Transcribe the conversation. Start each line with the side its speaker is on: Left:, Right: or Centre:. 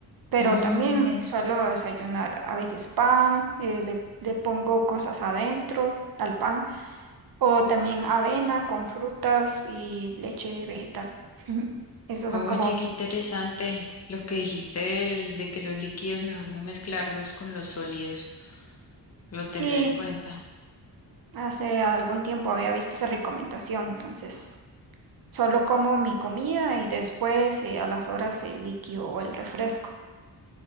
Right: Pero
Left: Mm.
Right: también eh, suelo desayunar a veces pan, eh, le, le pongo cosas adentro al pan, o también avena con frutas y leche vegetal. Esos
Left: Oye,
Right: son como
Left: qué interesante lo que dijiste del- de, que los líquidos mejor no mezclarlos con los sólidos. Lo tendré
Right: Sí,
Left: en cuenta.
Right: hace algún tiempo había visto esa recomendación, entonces solo como mi comida y después eh, a las horas el líquido o el refresco.